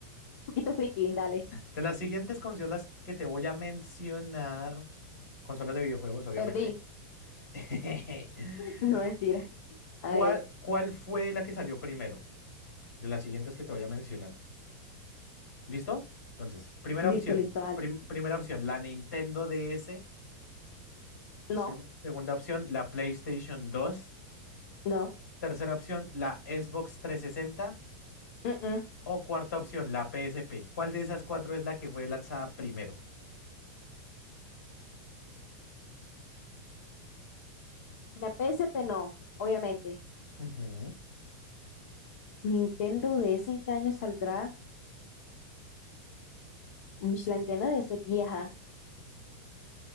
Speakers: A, on the left; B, on the left.
A: poquito friki, dale.
B: De las siguientes consolas que te voy a mencionar, consolas de videojuegos,
A: <laughs>
B: obviamente.
A: Perdí. <laughs>
B: <laughs>
A: No, mentira.
B: ¿Cuál,
A: A ver,
B: cuál fue la que salió primero? De las siguientes que te voy a mencionar. ¿Listo? Entonces, primera
A: listo,
B: opción,
A: listo, dale.
B: prim- primera opción, la Nintendo DS.
A: No,
B: Seg- segunda opción, la PlayStation dos,
A: no.
B: Tercera opción, la Xbox trescientos sesenta
A: mm, mm.
B: O cuarta opción, la PSP. ¿Cuál de esas cuatro es la que fue lanzada primero?
A: La P S P no, obviamente.
B: Ujú.
A: Nintendo DS en qué año saldrá. Uy, La Nintendo DS vieja.